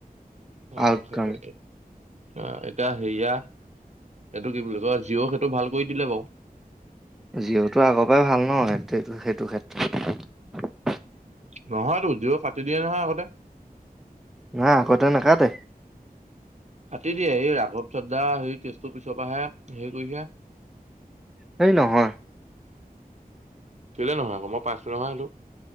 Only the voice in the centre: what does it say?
আউটকাম
জিঅ'টো আগৰ পৰাই ভাল ন সেই সেইটো ক্ষেত্ৰত
নাই আগতে নাকাতে।
সেই নহয়।